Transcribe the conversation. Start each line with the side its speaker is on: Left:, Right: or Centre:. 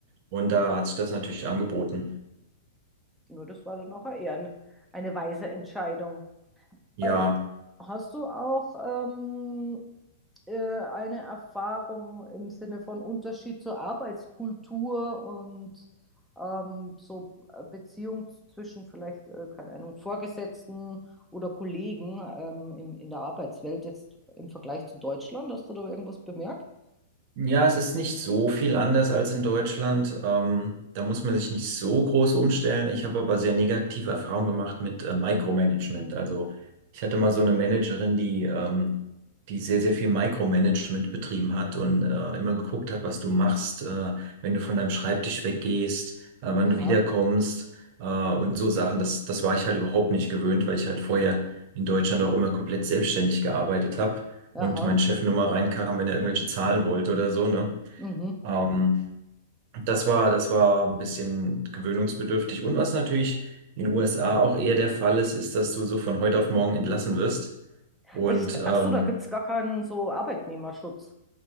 Right: Und da hat sich das natürlich angeboten.
Centre: Ja, das war dann auch eher ein, eine weise Entscheidung.
Right: Ja,
Centre: Ähm, hast du auch ähm, äh, eine Erfahrung im Sinne von Unterschied zur Arbeitskultur und ähm, so äh, Beziehung zwischen vielleicht, äh, keine Ahnung, Vorgesetzten oder Kollegen ähm, im, in der Arbeitswelt jetzt im Vergleich zu Deutschland? Hast du da irgendwas bemerkt?
Right: Ja, es ist nicht so viel anders als in Deutschland. Ähm, da muss man sich nicht so groß umstellen. Ich habe aber sehr negative Erfahrungen gemacht mit äh, Micromanagement. Also ich hatte mal so eine Managerin, die, ähm, die sehr, sehr viel Micromanagement betrieben hat und äh, immer geguckt hat, was du machst, äh, wenn du von deinem Schreibtisch weggehst, äh, wann
Centre: Aha,
Right: du wiederkommst äh, und so Sachen. Das, das war ich halt überhaupt nicht gewöhnt, weil ich halt vorher in Deutschland auch immer komplett selbstständig gearbeitet habe und
Centre: aha,
Right: mein Chef nur mal reinkam, wenn er irgendwelche Zahlen wollte oder so, ne?
Centre: mhm.
Right: Ähm, das war, das war ein bisschen gewöhnungsbedürftig. Und was natürlich in den USA auch eher der Fall ist, ist, dass du so von heute auf morgen entlassen wirst. Und
Centre: Echt?
Right: ähm,
Centre: Ach so, da gibt es gar keinen so Arbeitnehmerschutz.